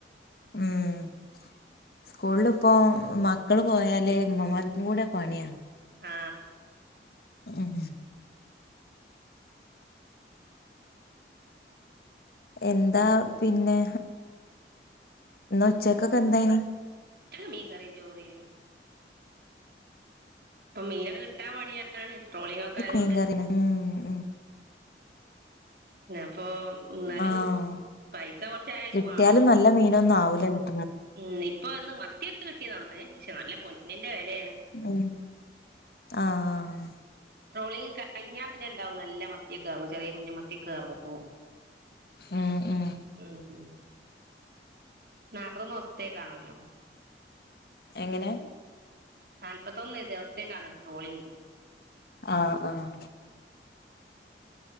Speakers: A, on the left; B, on the right.
A: ഉം സ്കൂളിലിപ്പോ മക്കള് പോയല് ഉമ്മമാർക്കും കൂടെ പണിയാ
B: ആ
A: ഉം എന്താ പിന്നെ ഇന്ന് ഉച്ചക്കൊക്കെ എന്തായിനി
B: <unintelligible> മീൻ കറിയും ചോറും ആയിനി ഇപ്പൊ മീനൊക്കെ കിട്ടാൻ പണിയാണ്
A: <unintelligible>
B: ട്രോളിംഗ് ഒക്കെ ആയതുകൊണ്ട് ആ അപ്പൊ എന്നാലും
A: ആഹ്
B: പൈസ കൊറച്ചായാലും
A: കിട്ടിയാലും
B: വാങ്ങും
A: നല്ല <unintelligible>
B: ഉം ഇപ്പൊ വന്ന് മത്തിക്കെ കി <unintelligible> പക്ഷെ നല്ല പൊന്നിന്റെ വിലയാണ്
A: ഉം ആഹ്
B: ട്രോളിങ് കഴിഞ്ഞാൽ പിന്നെണ്ടാവും നല്ല മത്തി ഒക്കെ ചെറിയ കുഞ്ഞൻ മ യൊക്കെ എറങ്ങും
A: ഉം ഉം
B: മ്മ് നാല്പത്തൊന്ന് ദിവസത്തേക്കാണല്ലോ
A: എങ്ങനെ
B: നാല്പത്തൊന്ന് ദിവസത്തേക്കാണ് ട്രോളിങ്
A: ആഹ് ആഹ്